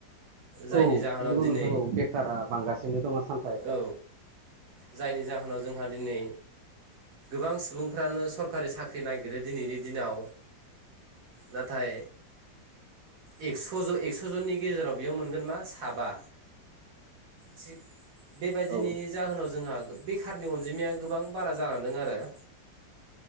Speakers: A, on the right; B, on the right.
A: जायनि
B: औ
A: जाहोनाव
B: नंगौ
A: दिनै
B: नोंथां औ बेखारा बांगासिनो दङ सानफा एफा
A: औ जायनि जाहोनाव जोंहा दिनै गोबां सुबुंफ्रानो सरखारि साख्रि नागिरो दिनैनि दिनाव नाथाय एक्स सज' एक्स' जननि गेजेराव बेयाव मोनगोन मा साबा थिग बेबायदिनि
B: औ
A: जाहोनाव जोंहा बेखारनि अनजिमाया गोबां बारा जालांदों आरो